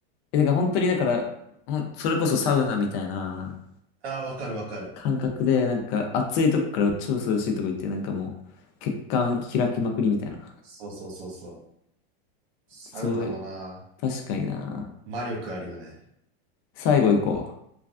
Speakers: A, on the left; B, on the right.
A: え、だから本当に、だから、ほんそれこそサウナみたいな
B: ああ、わかるわかる。
A: 感覚で、なんか暑いとこから超涼しいとこ行って、なんかもう、血管開きまくりみたいな。
B: そうそうそうそう。サウナもな、
A: そうう、確かにな。
B: 魔力あるよね。
A: 最後行こ